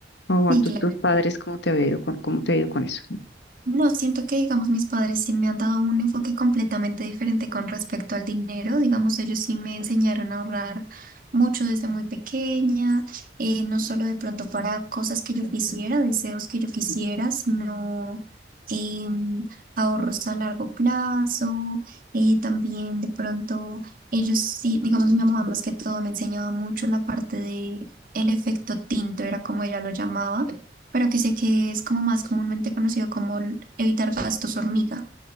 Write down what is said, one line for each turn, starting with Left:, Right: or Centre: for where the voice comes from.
Left: O
Right: Sí,
Left: a tus,
Right: claro.
Left: tus padres, ¿cómo te ha ido con, cómo te ha ido con eso?
Right: No, siento que, digamos, mis padres sí me han dado un enfoque completamente diferente con respecto al dinero. Digamos, ellos sí me enseñaron a ahorrar mucho desde muy pequeña, eh, no solo de pronto para cosas que yo quisiera, deseos que yo quisiera, sino em, ahorros a largo plazo. eh, también de pronto ellos sí, digamos, mi mamá más que todo me enseñaba mucho la parte de... El efecto tinto era como ella lo llamaba, pero que sé que es como más comúnmente conocido como el evitar gastos hormiga.